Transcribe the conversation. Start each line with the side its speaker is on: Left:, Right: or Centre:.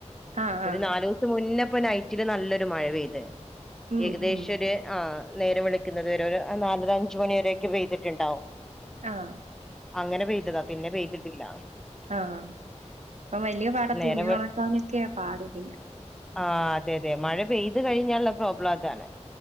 Right: ആഹ്
Centre: ഒരു
Right: ആഹ്
Centre: നാലു ദെവസം മുന്നേ ഇപ്പൊ നൈറ്റില് നല്ലൊരു മഴ പെയ്ത്
Right: ഉം
Centre: ഏകദേശം
Right: ഉം
Centre: ഒരു ആഹ് നേരം വെളുക്കുന്നത് വരെ നാലര അഞ്ച് മണി വരെ ഒക്കെ പെയ്തിട്ടുണ്ടാവും
Right: ആഹ്
Centre: അങ്ങനെ പെയ്തതാ പിന്നെ പെയ്തിട്ടില്ല
Right: ആഹ് ഇപ്പം വലിയ പാടാ
Centre: നേരം
Right: തുണി
Centre: വെള്ത്
Right: ഒണക്കാനൊക്കെയാ പാട് പിന്നെ
Centre: ആഹ് അതെ അതെ മഴ പെയ്ത് കഴിഞ്ഞാല് - പ്രോബ്ലം അതാണ്